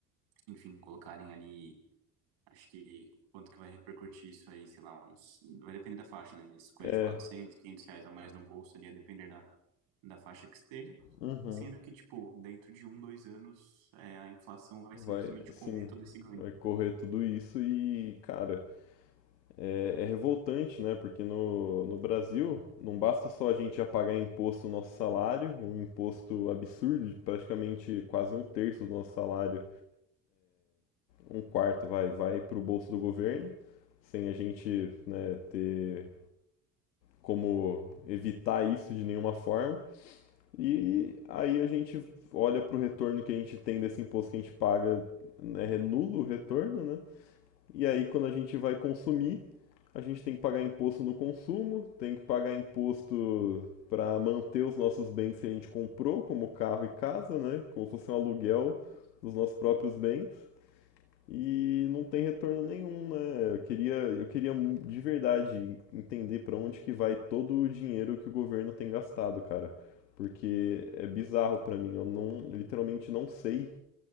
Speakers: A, on the right; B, on the left.
A: enfim, colocarem ali, acho que quanto que vai repercutir isso aí, sei lá, uns, vai depender da faixa, né? Mas coisa
B: É.
A: de 400 500 reais ou mais no bolso ali, a depender da, da faixa que esteja.
B: Uhum.
A: Sendo que, tipo, dentro de um, dois anos, é, a inflação vai
B: Vai,
A: simplesmente
B: sim,
A: comer todo esse ganho.
B: vai correr tudo isso e, cara, é, é revoltante, né? Porque no, no Brasil não basta só a gente já pagar imposto no nosso salário, um imposto absurdo, de praticamente quase um terço do nosso salário, um quarto vai, vai para o bolso do governo, sem a gente, né, ter como evitar isso de nenhuma forma. E aí a gente olha para o retorno que a gente tem desse imposto que a gente paga, né, é nulo o retorno, né? E aí, quando a gente vai consumir, a gente tem que pagar imposto no consumo, tem que pagar imposto para manter os nossos bens que a gente comprou, como carro e casa, né? Como se fosse um aluguel dos nossos próprios bens. E não tem retorno nenhum, né? Eu queria, eu queria de verdade entender para onde que vai todo o dinheiro que o governo tem gastado, cara. Porque é bizarro para mim, eu não, literalmente não sei